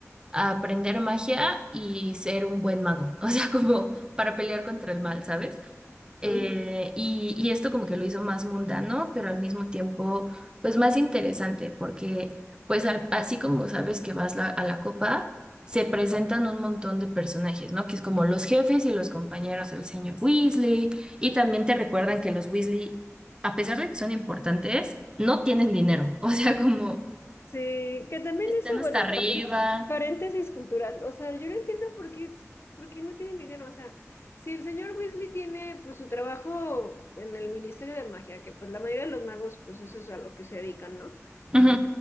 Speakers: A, on the right; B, on the left.
A: a aprender magia y ser un buen mago, <laughs> o sea, como para pelear contra el mal, ¿sabes? Eh, y, y esto como que lo hizo más mundano, pero al mismo tiempo, pues más interesante, porque pues al- así como sabes que vas la- a la copa, se presentan un montón de personajes, ¿no? Que es como los jefes y los compañeros del señor Weasley, y también te recuerdan que los Weasley, a pesar de que son importantes, no tienen dinero, <laughs> o sea, como
B: Sí, que también
A: están
B: eso,
A: hasta
B: bueno,
A: arriba.
B: paren- paréntesis cultural. O sea, yo no entiendo por qué, por qué no tienen dinero. O sea, si el señor Weasley tiene pues su trabajo en el Ministerio de Magia, que pues la mayoría de los magos, pues eso es a lo que se dedican, ¿no?
A: Ujú.